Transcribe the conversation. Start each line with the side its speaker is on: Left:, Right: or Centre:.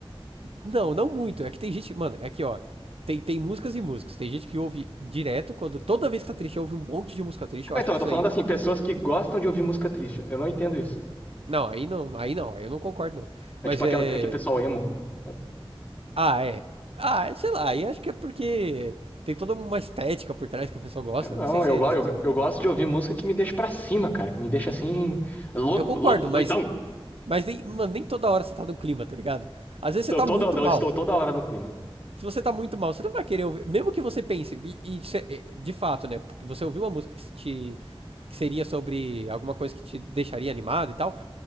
Right: Não, não muito. É que tem gente. Mano, é que, ó. Tem, tem músicas e músicas. Tem gente que ouve direto, quando toda vez que tá triste, ouve um monte de música triste. Eu
Left: Ah,
Right: acho
Left: então,
Right: que
Left: eu
Right: isso
Left: tô falando
Right: aí. não-
Left: assim, pessoas que gostam de ouvir música triste. Eu não entendo isso.
Right: Não, aí não, aí não, aí eu não concordo, não.
Left: É
Right: Mas
Left: tipo aquela,
Right: é.
Left: aquele pessoal emo, sabe?
Right: Ah, é. Ah, é, sei lá, aí acho que é porque tem toda uma estética por trás que a pessoa gosta.
Left: Eu não,
Right: Não sei se
Left: eu,
Right: é
Left: go-
Right: essa
Left: eu,
Right: só aí.
Left: eu gosto de ouvir música que me deixa pra cima, cara. Que me deixa assim, louco,
Right: Eu concordo,
Left: louco, doidão.
Right: mas, mas nem, mano, nem toda hora você tá no clima, tá ligado? Às vezes você
Left: Tô
Right: tá
Left: toda,
Right: muito mal.
Left: eu estou toda hora no clima.
Right: Se você tá muito mal, você não vai querer ouvir. Mesmo que você pense, e, e de fato, né? Porque você ouviu uma música que te. que seria sobre alguma coisa que te deixaria animado e tal.